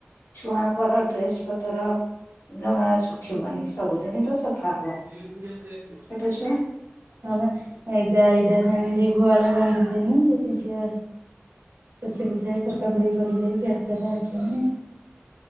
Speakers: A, on the left; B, on the right.
A: ଛୁଆଙ୍କର ଡ୍ରେସ ପତର। ଜମା ଶୁଖିବନି, ସବୁଦିନ ହି ତ ସଫା ହବ।
B: <inaudible>
A: ଛୋଟ ଛୁଆ।
B: ହଁବା ଏଇ ଗାଈଟା ସେମିତି ଗୁଆଳ ବାନ୍ଧୁଥିନି, ସେତିତି ପୋଛି ପୋଛାକି ଖରକା ଖରକି କରିଦେଇକି ଏଥର ଆସିନି।